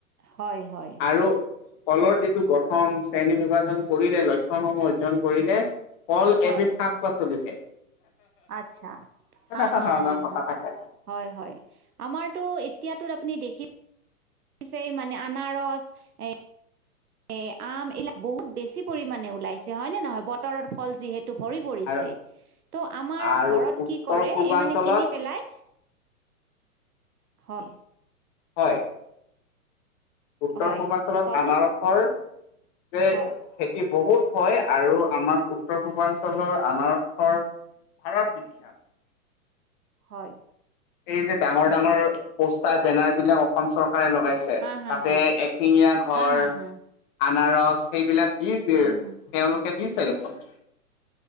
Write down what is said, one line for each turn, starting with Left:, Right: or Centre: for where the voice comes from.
Right: হয়, হয়।
Left: আৰু কলৰ যিটো গঠন শ্ৰেণী বিভাজন কৰিলে লক্ষণসমূহ অৰ্জন কৰিলে। কল
Right: হয়,
Left: এবিধ শাক পাচলি হে।
Right: আচ্ছা,
Left: তেনেকুৱা
Right: হা, হা,
Left: ধৰণৰ
Right: হা,
Left: কথা
Right: হা।
Left: থাকে।
Right: হয়, হয় আমাৰতো এতিয়াতোত আপুনি দেখি ছেই মানে আনাৰস এ এ আম এইবিলাক বহুত বেছি পৰিমানে ওলাইছে হয় নে নহয় বতৰৰ ফল যিহেতু। যিহেতু ভৰি পৰিছে
Left: আৰু
Right: ত' আমাৰ
Left: আৰু
Right: ঘৰত
Left: উত্তৰ
Right: কি কৰে
Left: পূৰ্বাঞ্চলত
Right: এই মানে কিনি পেলাই। হয়।
Left: হয়। উত্তৰ
Right: হয়
Left: পূৰ্বাঞ্চলত
Right: কওকচোন
Left: আনাৰসৰ যে
Right: হয়
Left: খেতি বহুত হয় আৰু আমাৰ উত্তৰ পূৰ্বাঞ্চলৰ আনাৰসৰ ভাৰত বিখ্যাত।
Right: হয়।
Left: এই যে ডাঙৰ ডাঙৰ পোষ্টাৰ বেনাৰবিলাক অসম চৰকাৰে লগাইছে।
Right: হা হা
Left: তাতে
Right: হা
Left: এশিঙীয়া গঁড়ৰ।
Right: হা হা হা
Left: আনাৰস সেইবিলাক দি তেওঁলোকে
Right: উম হম
Left: দিছে দেখোন।